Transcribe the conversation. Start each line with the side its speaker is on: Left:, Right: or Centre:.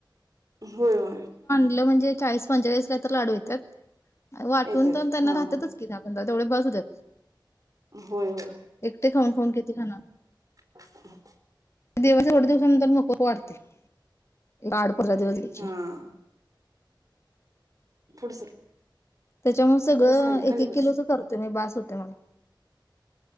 Right: होय, होय.
Left: म्हण चाळीस पचेचलीस लाडू येत्यात वाटून
Right: येतात
Left: त्यांना
Right: हा
Left: राहत्यात
Right: हा
Left: दहा पंधरा तेवढे बस होत्या.
Right: होय होय.
Left: ते खाऊन खाऊन किती खाणार?
Right: <unintelligible>
Left: दिवाळीच एवढं दिवसानंतर नको वाटतंय एक आठ-पंधरा दिवस गेलं की.
Right: हा फुढं सर.
Left: त्याच्यामुळे सगळं
Right: बस खाली खाली
Left: एक एक
Right: बस
Left: किलोचं करतोय मी बास. होतय मला.